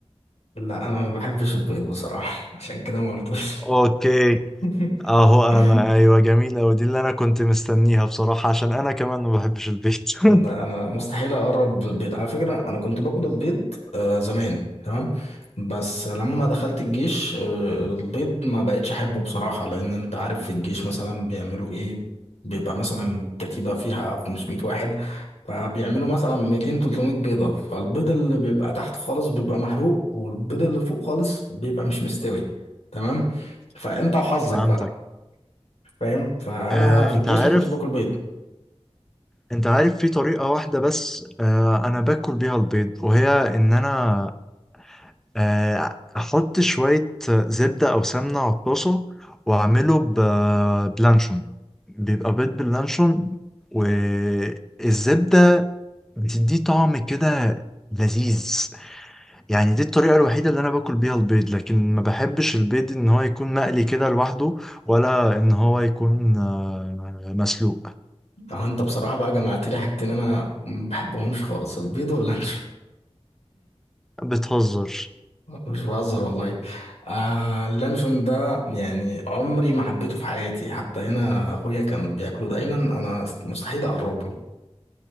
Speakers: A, on the left; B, in the centre.
A: لا انا ما بحبش البيض بصراحه <laughs> عشان كده ما قلتوش
B: اوكي
A: <laughs>
B: اهو انا ايوه جميل قوي دي اللي انا كنت مستنيها بصراحة عشان انا كمان ما بحبش البيض <laughs>
A: إن انا مستحيل اقرب بالبيض على فكره انا كنت باكل البيض آه زمان تمام بس لما دخلت الجيش آه البيض ما بقتش احبه بصراحه لان انت عارف في الجيش مثلا بيعملوا ايه بيبقى مثلا كتيبه فيها 500 واحد فبيعملوا مثلا 200 300 بيضه فالبيض اللي بيبقى تحت خالص بيبقى محروق والبيض اللي فوق خالص بيبقى مش مستوي تمام فانت وحظك
B: فهمتك
A: بقى فاهم فانا
B: آه،
A: في
B: انت
A: الجيش
B: عارف
A: ما كنتش باكل بيض
B: انت عارف في طريقة واحدة بس آه، انا باكل بيها البيض وهي ان انا آه، احط شوية زبدة او سمنة على الطاسة واعمله ب- بلانشون بيبقى بيض باللانشون والزبدة بتديه طعم كده لذيذ يعني دي الطريقة الوحيدة اللي انا باكل بيها البيض لكن ما بحبش البيض ان هو يكون مقلي كده لوحده ولا ان هو يكون آه، مسلوق
A: اه انت بصراحة بقى جمعت لي حاجتين انا ما بحبهمش خالص البيض واللانشون
B: بتهزر
A: <laughs> مش بهزر والله آه اللانشون ده يعني عمري ما حبيته في حياتي حتى هنا اخويا كان بياكله دايما انا مستحيل اقرب له